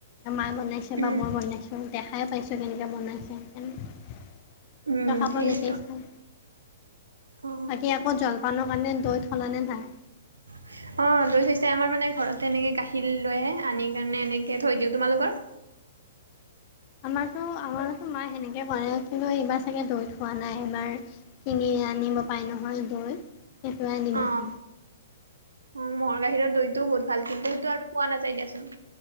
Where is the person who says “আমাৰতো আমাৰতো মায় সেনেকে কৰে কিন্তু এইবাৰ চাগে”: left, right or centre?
Left